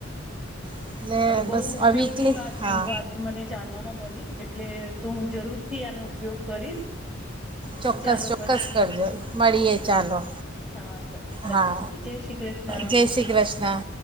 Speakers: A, on the right (about 25°); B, in the centre.
A: એટલે
B: આ તો બોઉ
A: બસ
B: ઉપયોગી
A: આ વીકલી
B: વાત
A: હા
B: વાત મને જાણવામાં મળી એટલે તો હું જરૂર થી આનો ઉપયોગ કરીશ,
A: ચોક્કસ
B: ચાલો
A: ચોક્કસ
B: પછી
A: કરજો મળીએ ચાલો
B: હા પછી
A: હા
B: જય શ્રી કૃષ્ણ.
A: જય શ્રી કૃષ્ણ